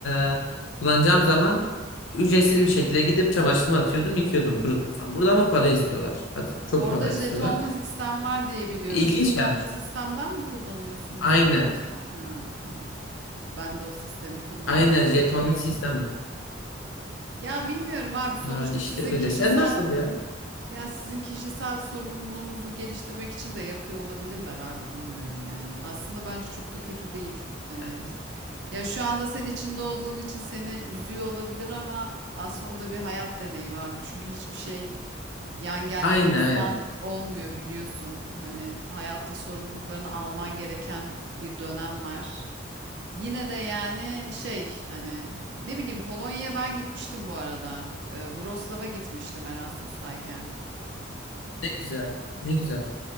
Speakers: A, on the left (about 80°); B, on the right (about 60°).
A: e, kullanacağım zaman ücretsiz bir şekilde gidip çamaşırımı atıyordum, yıkıyordum kurutma falan. Burada ama para istiyorlar. Hatta
B: Ee,
A: çok
B: Orada
A: para istiyorlar.
B: jetonlu sistem var diye biliyorum.
A: İlginç
B: Jetonlu
A: gelmişti.
B: sistemden mi kullanıyorsun Musab
A: Aynen.
B: yoksa? Ha, tamam. Ben de o sistemi kullandım
A: Aynen
B: onu
A: jetonlu
B: biliyorum.
A: sistemde.
B: Ya bilmiyorum abi sonuçta
A: Ha, işte
B: sizin
A: öyle.
B: kişisel
A: Sen nasıl ya?
B: Ya sizin kişisel sorumluluğunuzu geliştirmek için de yapıyor olabilirler abi bilmiyorum yani. Aslında bence çok da kötü değil. Hani
A: Yani,
B: ya şu anda sen içinde olduğun için seni üzüyor olabilir ama aslında o da bir hayat deneyimi abi. Çünkü hiçbir şey yan gel
A: aynen
B: yat Osman
A: aynen.
B: olmuyor biliyorsun. Hani hayatta sorumluluklarını alman gereken bir dönem var. Yine de yani şey hani ne bileyim Polonya'ya ben gitmiştim bu arada. Ee, Wrocław'a gitmiştim Erasmus'tayken.
A: Ne güzel. Ne güzel.